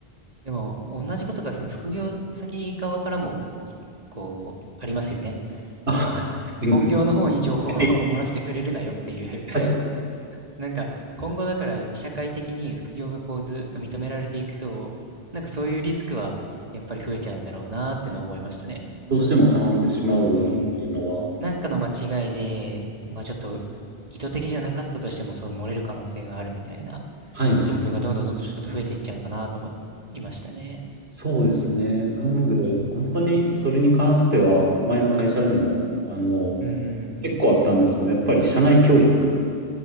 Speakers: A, on the right; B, on the right.
A: でも、同じことがその副業先側からも、いこう、ありますよね。その、
B: あ、逆に
A: 本業の方に情報を
B: はい
A: <laughs> 漏らしてくれるなよっていう <laughs>
B: はい
A: なんか、今後だから社会的に副業がこうずっと認められていくと、なんかそういうリスクはやっぱり増えちゃうんだろうなっていうのは思いましたね。
B: どうしてもはらんでしまうっていうのは、
A: うん。なんかの間違いで、まあちょっと意図的じゃなかったとしても、そう漏れる可能性があるみたいな。
B: はい。
A: 状況がどんどんどんどんちょっと増えていっちゃうのかなと思いましたね。
B: そうですね。なので、
A: うんうん
B: 本当にそれに関しては、前の会社でも、あの、
A: うん。うんうん。
B: 結構あったんですけど、やっぱり社内教育、